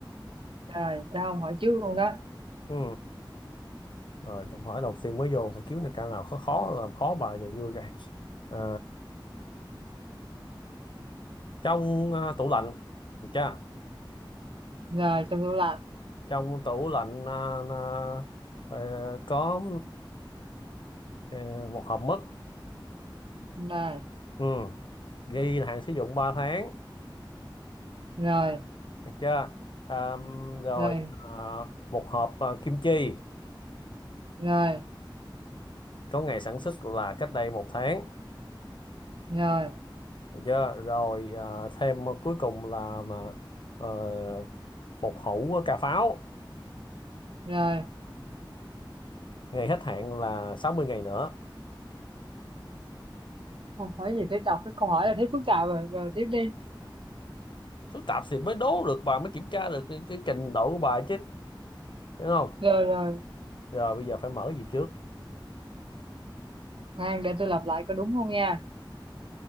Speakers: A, on the right (about 85°); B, on the left (about 70°).
A: rồi, cho ông hỏi trước luôn đó.
B: ừ rồi câu hỏi đầu tiên mới vô phải kiếm được cái nào khó khó làm khó bà và vui cái À, trong à, tủ lạnh được chưa
A: Rồi, trong tủ lạnh.
B: trong tủ lạnh à, à, ờ, có à, ờ, một hộp mứt
A: Rồi,
B: ừ. ghi là hạn sử dụng ba tháng
A: rồi,
B: được chưa À, rồi
A: rồi,
B: à, một hộp à, kim chi
A: rồi,
B: có ngày sản xuất là cách đây một tháng
A: rồi,
B: được chưa rồi à, thêm cuối cùng là mà ờ, một hũ cà pháo
A: rồi.
B: ngày hết hạn là 60 ngày nữa
A: Không hỏi gì tới đọc cái câu hỏi là thấy phức tạp rồi. Rồi, tiếp đi.
B: phức tạp thì mới đố được bà mới kiểm tra được cái, cái trình độ của bà chứ đúng
A: Rồi, rồi.
B: rồi bây giờ phải mở gì trước
A: Khoan để tôi lặp lại có đúng không nha.